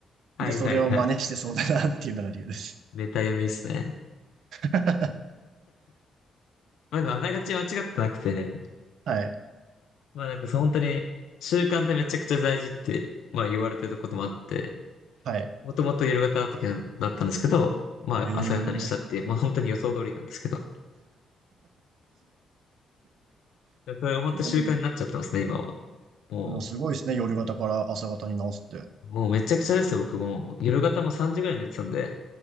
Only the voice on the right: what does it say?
で、それを真似してそうだなっていうのが理由です。
<laughs>
はい。
はい。
ええー。
<laughs>
でもすごいですね。夜型から朝型に直すって。